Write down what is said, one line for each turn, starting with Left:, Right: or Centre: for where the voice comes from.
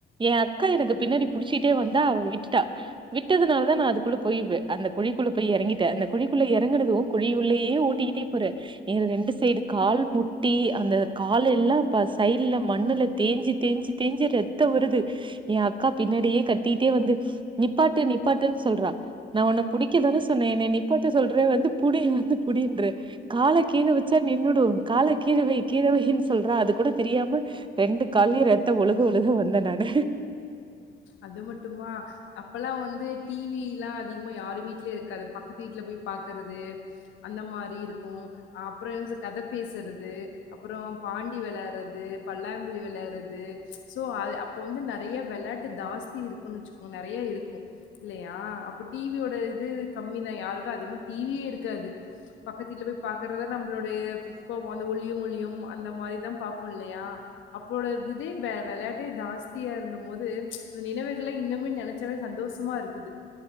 Right: என் அக்கா எனக்கு பின்னாடி புடிச்சிட்டே வந்தா அவ விட்டுட்டா விட்டதுனால தா நா அதுக்குள்ள போய்வே அந்த குழிக்குள்ள போய் இறங்கிட்டேன் அந்த குழிக்குள்ளே இறங்குனது குழி குள்ளேயே ஓட்டிக்கிட்டே போறே என ரெண்டு சைடு கால் முட்டி அந்த கால எல்லா அப்ப சைடல மண்ணுல தேஞ்சி தேஞ்சி தேஞ்சு ரத்த வருது என் அக்கா பின்னாடியே கட்டிட்டே வந்து நிப்பாட்டு நிப்பாட்டுன்னு சொல்றா நா உன்னை பிடிக்கதானே சொன்னே என்ன நிப்பாட்டை சொல்ற வந்து புடி வந்து புடின்ற கால கீழ வச்சா நின்னுடும் கால கீழ வை கீழவைன்னு சொல்ற அது கூட தெரியாம ரெண்டு கால்லயு ரத்த ஒழுக ஒழுக வந்தே நானு
Left: அது மட்டுமா அப்பல்லா வந்து டிவி எல்லா அதிகமா யாரு வீட்லயு இருக்காது பக்கத்து வீட்டுல போய் பாக்கறது அந்த மாரி இருக்கு அப்புறோ கதை பேசுறது அப்புறம் பாண்டி விளையாடுறது பல்லாங்குழி விளையாடுறது து சோ அது அப்ப வந்து நெறைய விளையாட்டு ஜாஸ்தி இருக்குன்னு வச்சுக்கோங்க நெறைய இருக்கு இல்லையா அப்ப டிவியோட இது கம்மிதா யாருக்கு அதிகமா டிவியே இருக்காது பக்கத்துல போய் பாக்குறத நம்மளோடைய இப்ப அந்த ஒளியும் ஒளியும் அந்த மாதிரிதா பாப்போம் இல்லையா அப்போட இதே வ விளையாட்டே ஜாஸ்தியா இருந்த போது நினைவுகள்ளே இன்னுமே நினைச்சவே சந்தோஷமா இருக்குது